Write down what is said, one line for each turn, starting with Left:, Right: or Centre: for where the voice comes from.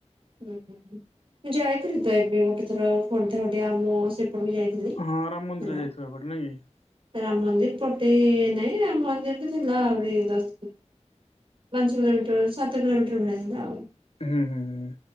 Right: ହୁଁ ମୁଁ ଯାଇଥିଲି ତ ଏବେ ଗୋଟେ ଥର ଖୋର୍ଦ୍ଧା ଓଡ଼ିଆ ଆମ ସେ କୁ ଯାଇଥିଲି
Left: ହଁ ରାମ ମନ୍ଦିର
Right: ହେଲା
Left: ଯାଇଥିବ ଏପଟେ ନାଇଁ କି
Right: ରାମ ମନ୍ଦିର ପଟେ ନାଇଁ ରାମ ମନ୍ଦିର ତ ଥିଲା ଆହୁରି ଦଶ ପାଞ୍ଚ କିଲୋମିଟର ସାତ କିଲୋମିଟର ଭଳିଥିଲା ଆଉ
Left: ହୁଁ, ହୁଁ, ହୁଁ।